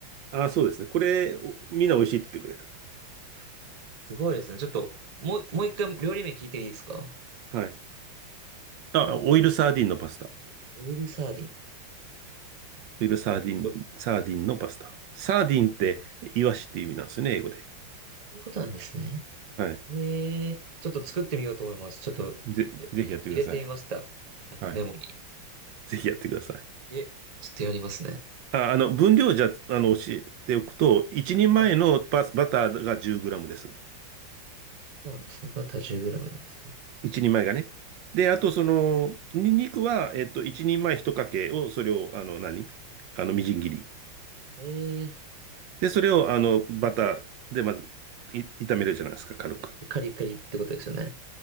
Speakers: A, on the right (about 70°); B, on the right (about 30°).
A: あ、そうですね。これ、おみんな美味しいって言ってくれる。
B: あすごいですね。ちょっと、もう、もう一回料理名聞いていいですか
A: はい。あ、
B: なんて、
A: オイルサーディンのパスタ。オ
B: オイルサーディン。
A: イルサーディン、
B: そ
A: サーディンのパスタ。サーディンって、イワシって意味なんですよね、英語で。
B: ういうことなんですね。
A: はい。
B: ええちょっと作ってみようと思います。ちょっと、
A: ぜ、
B: え入れてみました。
A: ぜひやってください。
B: あの、
A: はい。
B: メモに。
A: ぜひやってください。
B: え、ちょっとやりますね。
A: あ、あの、分量じゃ、あの、教えておくと、一人前のパス、
B: はい。
A: バターが10グラムです。
B: あそうなんですね。バター 10g なんですね。
A: 一人前がね。で、あと、
B: はい。
A: その、ニンニクは、えっと、一人前一かけを、それを、あの、何あの、みじん切り。
B: ええ
A: で、それをあのバターでまずい炒めるじゃないですか、軽く。
B: で、カリカリってことですよね。